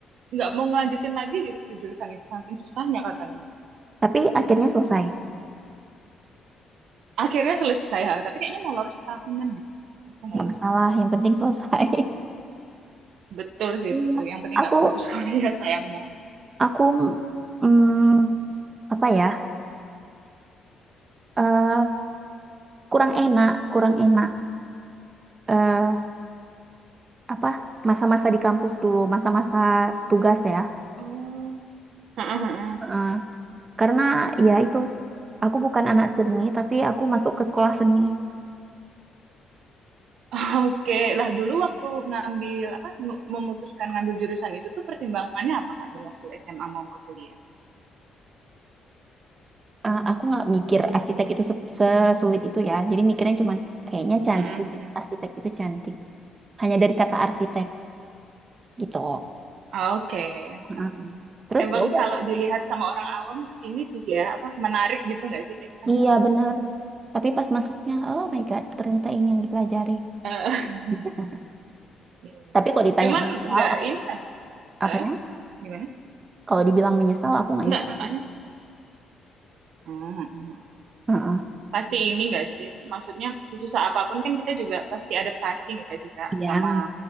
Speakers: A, on the right; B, on the right.
A: nggak mau ngelanjutin lagi gitu ke jurusan itu, saking susahnya katanya.
B: Tapi akhirnya selesai.
A: Akhirnya selesai, ha. tapi kayaknya molor setahunan gitu. Aku nggak
B: Nggak
A: ingat.
B: masalah, yang penting selesai. <laughs>
A: Betul sih
B: Iya.
A: itu. Yang penting
B: Aku,
A: nggak putus <laughs> kuliah, sayang banget.
B: aku, mm, apa ya, eh, kurang enak, kurang enak. eh apa, masa-masa di kampus dulu, masa-masa tugas ya.
A: Oh, <laughs>
B: Heeh. Karena ya itu, aku bukan anak seni, tapi aku masuk ke sekolah seni.
A: <laughs> Oke, lah dulu waktu ngambil apa mu- memutuskan ngambil jurusan itu tuh pertimbangannya apa Kak dulu waktu SMA mau ke kuliah?
B: ah aku nggak mikir arsitek itu se- sesulit itu ya. Jadi mikirnya cuman kayaknya cantik,
A: Mm-mm, mm-mm.
B: arsitek itu cantik. Hanya dari kata arsitek gitu.
A: Oke,
B: Heeh.
A: heeh.
B: Terus
A: Emang
B: ya udah,
A: kalau dilihat sama orang awam ini sih ya apa menarik gitu nggak sih kayak kita
B: iya
A: gambar.
B: benar. Tapi pas masuknya, oh my God, ternyata ini yang dipelajari.
A: Eh, <laughs>
B: <laughs>
A: Iya.
B: Tapi kalau ditanya
A: Cuman
B: menyesal,
A: nggak
B: ap-
A: ini kan,
B: apanya?
A: eh, gimana?
B: Kalau dibilang menyesal, aku nggak
A: Nggak
B: nyesal.
A: kakaknya? Hmm, hmm, hmm.
B: Heeh.
A: Pasti ini nggak sih? Maksudnya sesusah apapun kan kita juga pasti adaptasi nggak sih Kak
B: Iya.
A: sama